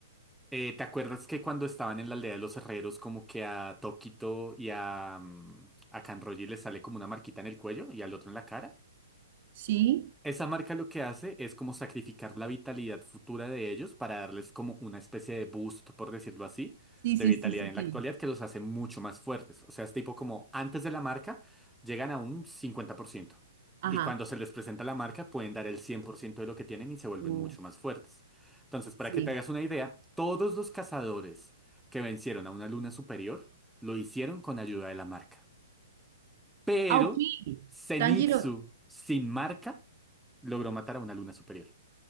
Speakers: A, in the centre; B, on the right (about 40°).
A: Eh, ¿te acuerdas que cuando estaban en la aldea de los herreros, como que a Toquito y a, mm, a Kanroji les sale como una marquita en el cuello y al otro en la cara?
B: Sí,
A: Esa marca lo que hace es como sacrificar la vitalidad futura de ellos para darles como una especie de boost, por decirlo así,
B: sí,
A: de
B: sí,
A: vitalidad
B: sí, sí,
A: en la
B: sí.
A: actualidad que los hace mucho más fuertes. O sea, es tipo como antes de la marca llegan a un cincuenta por ciento
B: Ajá.
A: Y cuando se les presenta la marca pueden dar el 100% de lo que tienen y se vuelven
B: Uf.
A: mucho más fuertes. Entonces, para
B: Sí.
A: que te hagas una idea, todos los cazadores que vencieron a una luna superior lo hicieron con ayuda de la marca. Pero
B: Ah, ok.
A: Zenitsu
B: Tanjiro.
A: sin marca logró matar a una luna superior.